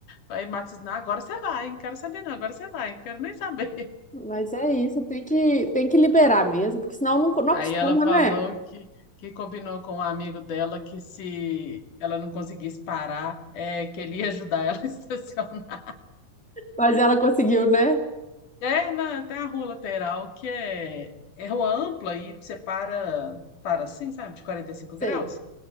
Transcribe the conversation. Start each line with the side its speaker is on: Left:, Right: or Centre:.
Left: Aí Max disse, não, agora você vai. Não quero saber, não. Agora você vai. Não quero nem saber.
Centre: Mas é isso, tem que, tem que liberar mesmo, porque senão não, não
Left: Aí
Centre: acostuma,
Left: ela falou
Centre: né?
Left: que, que combinou com um amigo dela que se ela não conseguisse parar, é, que ele ia ajudar ela <laughs> a estacionar.
Centre: Mas ela conseguiu, né?
Left: É, na, tem a rua lateral que é, é rua ampla e você para, para assim, sabe, de quarenta e cinco
Centre: Sei,
Left: graus,